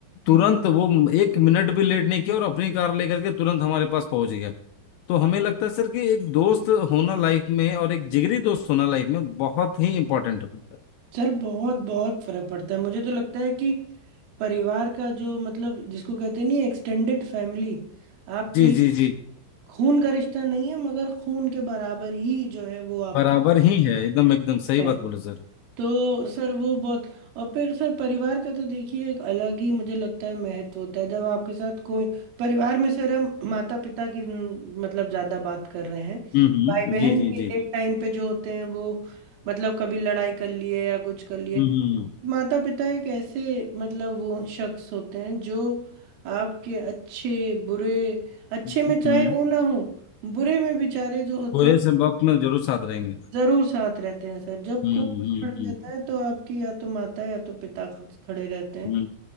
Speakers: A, on the left; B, on the right.
A: तुरंत वो एक मिनट भी लेट नहीं किया और अपनी कार लेकर के तुरंत हमारे पास पहुंच गया तो हमें लगता है सर कि एक दोस्त होना लाइफ में और एक जिगरी दोस्त होना लाइफ में बहुत ही इम्पोर्टेंट है
B: सर बहुत बहुत फर्क पड़ता है मुझे तो लगता है कि परिवार का जो मतलब जिसको कहते नहीं एक्सटेंडेड फैमिली आपके
A: जी जी जी
B: खून का रिश्ता नहीं है मगर खून के बराबर ही जो है वो आपका
A: बराबर ही है एकदम एकदम सही
B: है
A: बात बोले सर
B: तो सर वो बहुत और फिर सर परिवार का तो देखिए एक अलग ही मुझे लगता है महत्व होता है जब आपके साथ कोई परिवार में सर हम माता पिता की न, मतलब ज्यादा बात कर रहे हैं
A: हम्म हम्म
B: भाई बहन
A: जी जी
B: भी
A: जी
B: एक टाइम पे जो होते हैं वो मतलब कभी लड़ाई कर लिए या कुछ कर लिए
A: हम्म हम्म
B: माता पिता एक ऐसे मतलब वो शख्स होते हैं जो आपके अच्छे बुरे अच्छे
A: हम्म,
B: में
A: हम्म,
B: चाहे
A: हम्म।
B: हो ना हो बुरे में बेचारे जो होते
A: पूरे
B: हैं
A: से वक्त में जरूर साथ रहेंगे
B: जरूर साथ रहते हैं सर जब
A: हम्म
B: कोई
A: हम्म
B: खड़ा रहता
A: हम्म
B: है तो आपकी या तो माता या तो पिता ख- खड़े रहते हैं
A: हम्म,